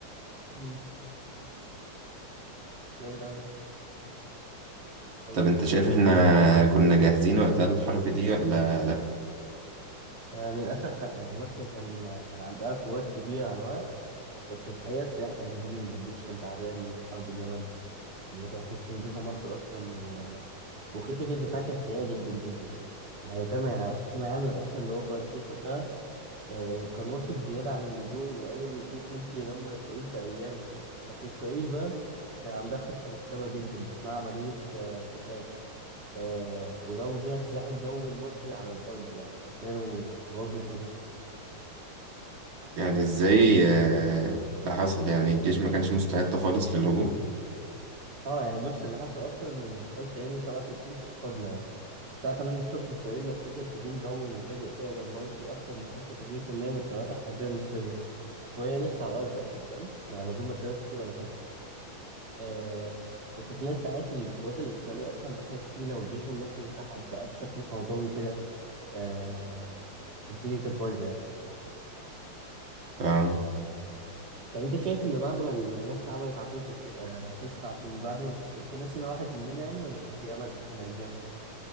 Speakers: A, on the right (about 30°); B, on the right (about 65°).
A: امم جامد أوي. طب
B: طب أنت شايف إحنا كنا جاهزين وقتها للحرب دي ولا لأ؟
A: آه للأسف لأ يعني مصر كان كان عندها قوات كبيرة على الورق بس في الحقيقة السلاح كان هجيم والجيش كان تعبان من حرب اليمن اللي كانت مستنزفة مصر أصلا وخطة الدفاع كانت سيئة جدا جدا يعني يعني فاهم يعني عبد الحكيم عامر أصلا اللي هو قائد الجيش وقتها آه كان واثق زيادة عن اللزوم وقال إن الجيش ممكن يدمر إسرائيل في أيام بس إسرائيل بقى كان عندها خطة محكمة جدا اسمها عملية آه فوكاس آه وضربوا بيها السلاح الجوي المصري على الأرض يعني حرفيا وبوظوا الدنيا
B: يعني إزاي آه، ده حصل يعني الجيش ما كانش مستعد خالص للهجوم؟
A: اه يعني بص اللي حصل أصلا 5 يونيو 67 كانت صدمة يعني الساعة 8 الصبح إسرائيل نفذت هجوم جوي مفاجئ كده دمرت فيه أكتر من 85% من الطيارات الحربية المصرية وهي لسه على الأرض أصلا فاهم يعني من غير ما ترتتي ولا حاجة آه وفي خلال ساعات القوات الإسرائيلية أصلا دخلت سينا والجيش المصري انسحب بقى بشكل فوضوي كده آه والدنيا كانت بايظة يعني
B: آه.
A: طب أنت شايف إن بعد ما النكسة عملت على طول كانت ك- آه خلصت على طول بعد ما كانت كده سينا واحد مننا يعني ولا كان في أمل نرجع؟